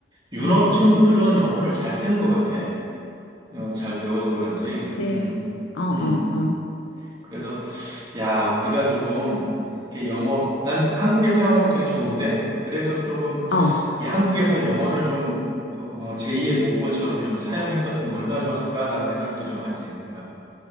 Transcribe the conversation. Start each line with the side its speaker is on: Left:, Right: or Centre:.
Right: 유럽
Left: 음.
Right: 친구들은 영어를 잘 쓰는 것 같아. 어, 잘 배워서 그런지.
Left: 그치.
Right: 음,
Left: 어, 어,
Right: 음.
Left: 어.
Right: 그래서, 야, 우리가 조금, 이렇게 영어, 난 한국에 태어난 거 되게 좋은데, 그래도 조금,
Left: 어.
Right: 이 한국에서 영어를 좀, 어, 어, 제2의 모국어처럼 좀 사용했었으면 얼마나 좋았을까라는 생각도 좀 하지, 내가.